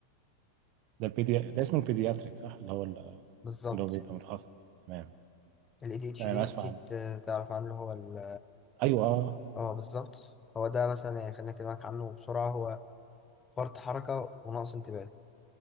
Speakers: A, on the right; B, on the left.
A: ده البيدي... ده اسمه البيدياتريك صح اللي هو ال-
B: بالظبط
A: اللي هو بيبقى متخصص تمام
B: الاي دي اتش
A: تمام
B: دي
A: أسف
B: اكيد آه، تعرف عنه هو ال
A: ايوه اه
B: اه بالظبط هو ده مثلا يعني خلينا اكلمك عنه بسرعه هو فرط حركه ونقص انتباه